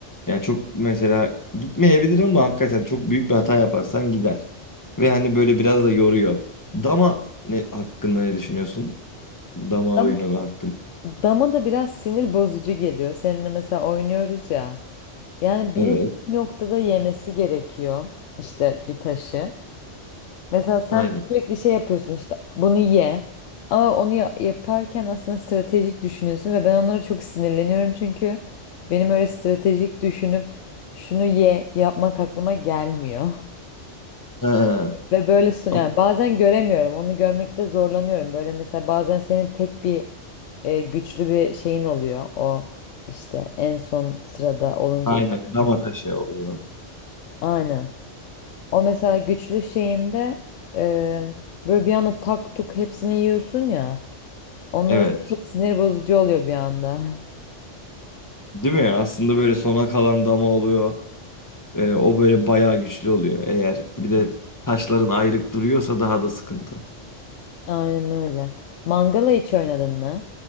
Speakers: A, on the left; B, on the left.
A: Yani çok mesela gitmeyebilir ama hakikaten çok büyük bir hata yaparsan gider. Ve hani böyle biraz da yoruyor. Dama ne hakkında ne düşünüyorsun? Dama
B: Dam,
A: oyunu hakkında.
B: dama da biraz sinir bozucu geliyor. Seninle mesela oynuyoruz ya. Yani
A: Evet.
B: birinin bir noktada yemesi gerekiyor işte bir taşı. Mesela sen
A: Aynen.
B: sürekli şey yapıyorsun işte bunu ye. Ama onu ya- yaparken aslında stratejik düşünüyorsun ve ben onlara çok sinirleniyorum çünkü benim öyle stratejik düşünüp şunu ye yapmak aklıma gelmiyor. <laughs>
A: He.
B: Ve böyle so-
A: Ama
B: yani bazen göremiyorum. Onu görmekte zorlanıyorum. Böyle mesela bazen senin tek bir e, güçlü bir şeyin oluyor. O işte en son sırada olunca
A: aynen
B: ilk tanesi.
A: dama taşı oluyor.
B: Aynen. O mesela güçlü şeyinde e, böyle bir anda tak tuk hepsini yiyorsun ya. Onunla
A: Evet.
B: mesela çok sinir bozucu oluyor bir anda. <laughs>
A: Değil mi? Aslında böyle sona kalan dama oluyor. Ee, o böyle bayağı güçlü oluyor. Eğer bir de taşların ayrık duruyorsa daha da sıkıntı.
B: Aynen öyle. Mangala hiç oynadın mı?